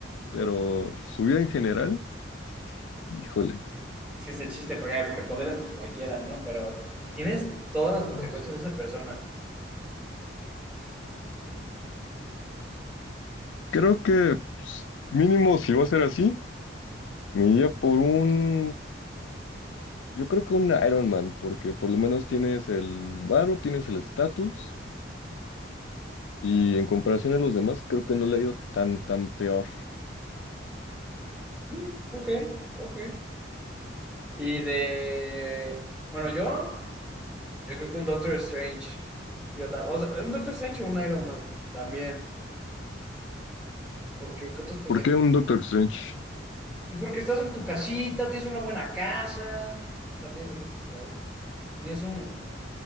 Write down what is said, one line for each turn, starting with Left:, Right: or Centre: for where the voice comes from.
Left: pero su vida en general, híjole.
Centre: Es que es el chiste, porque, ay, porque poderes, pues cualquiera, ¿no? Pero tienes todas las
Left: Mm.
Centre: consecuencias de esa persona.
Left: Creo que pues, mínimo si va a ser así, me iría por un, yo creo que un Iron Man, porque por lo menos tienes el varo, tienes el estatus, y en comparación a los demás, creo que no le ha ido tan, tan peor.
Centre: Mm, ok, ok. Y de. Bueno, yo. Yo creo que un Doctor Strange. Digo, ta- o sea, un Doctor Strange o un Iron Man también. Porque, ¿qué otros personajes?
Left: ¿Por qué un Doctor Strange?
Centre: Pues porque estás en tu casita, tienes una buena casa. O sea, tienes. uy, ay, Tienes un.